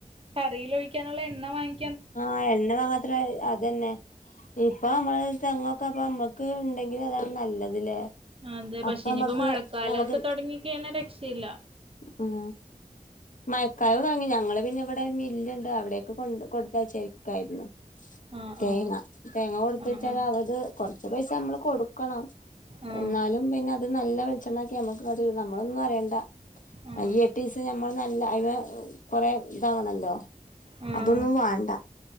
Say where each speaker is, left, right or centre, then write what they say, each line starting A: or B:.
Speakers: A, on the right (about 40°); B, on the left (about 65°).
A: കറിയിൽ ഒഴിക്കാനുള്ള എണ്ണ വാങ്ങി
B: ആഹ് എണ്ണ വാങ്ങാത്ര അതെന്നെ. ഇപ്പൊ നമ്മള് തെങ്ങൊക്കെ അപ്പ അമ്മക്ക് ഉണ്ടെങ്കിൽ അതാണ് നല്ലത് ല്ലേ.
A: അതെ പക്ഷെ
B: അപ്പൊ
A: ഇനിയിപ്പോ
B: നമ്മക്ക്
A: മഴക്കാലക്കെ
B: നമുക്ക്
A: തൊടങ്ങിക്കയ്ഞ്ഞ രക്ഷയില്ല.
B: ഉം മയക്കാലൊക്കെ തൊട്ങ്ങി ഞങ്ങള് പിന്നെ ഇവടെ മില്ല്ണ്ട് അവിടെക്കെ കൊണ്ടു കൊടുത്താൽ ശരിക്കായിരുന്നു.
A: ആ
B: തേങ്ങ
A: ആ
B: തേങ്ങ കൊടുത്ത്
A: ആ ആ
B: വെച്ചാ അവര് കൊർച്ച് പൈസ നമ്മൾ കൊടുക്കണം.
A: ആ
B: എന്നാലും പിന്നെ അത് നല്ല വെളി ച്ചെണ്ണാക്കി നമുക്ക് <unintelligible> നമ്മൾ ഒന്നും അറിയണ്ട
A: ആ
B: ഈ എട്ടീസം നമ്മള് നൻ അല്ല അയ്ന് കൊറേ ഇതാവണല്ലോ.
A: ഉം
B: ഇതൊന്നും വാണ്ട